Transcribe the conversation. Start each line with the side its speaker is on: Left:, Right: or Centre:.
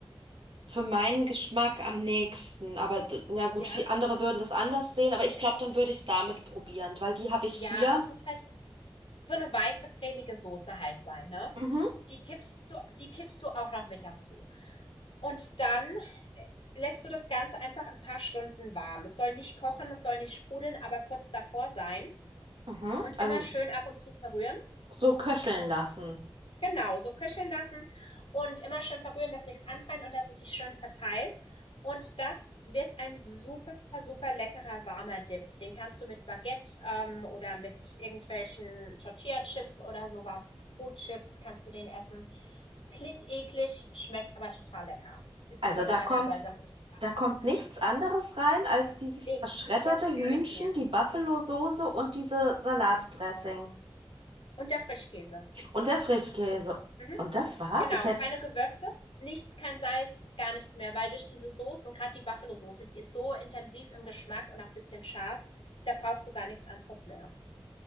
Right: für meinen Geschmack am nächsten. Aber d- na gut,
Left: Ja.
Right: viele andere würden das anders sehen, aber ich glaube, dann würde ich es damit probieren, weil die habe ich
Left: Ja,
Right: hier.
Left: es muss halt so eine weiße, cremige Soße halt sein, ne?
Right: Mhm,
Left: die kippst du, die kippst du auch noch mit dazu. Und dann äh, lässt du das Ganze einfach ein paar Stunden warm. Es soll nicht kochen, es soll nicht sprudeln, aber kurz davor sein.
Right: mhm.
Left: Und
Right: Also
Left: immer schön
Right: s-
Left: ab und zu verrühren.
Right: so köcheln lassen.
Left: Genau, so köcheln lassen und immer schön verrühren, dass nichts anbrennt und dass es sich schön verteilt. Und das wird ein super, super leckerer warmer Dip. Den kannst du mit Baguette ähm, oder mit irgendwelchen Tortilla-Chips oder sowas, Brotchips kannst du den essen. Klingt eklig, schmeckt aber total lecker. Ist
Right: Also
Left: immer
Right: da
Left: der Renner
Right: kommt,
Left: bei sämtlichen Partys.
Right: da kommt nichts anderes rein als dieses
Left: Nee,
Right: zerschredderte
Left: sonst
Right: Hühnchen,
Left: gar nichts mehr.
Right: die Buffalo-Soße und diese Salatdressing
Left: Und der Frischkäse.
Right: und der Frischkäse.
Left: Mhm.
Right: Und das war's.
Left: Genau,
Right: Ich hätte
Left: keine Gewürze, nichts, kein Salz, gar nichts mehr, weil durch diese Soßen, gerade die Buffalo-Soße, die ist so intensiv im Geschmack und auch ein bisschen scharf, da brauchst du gar nichts anderes mehr.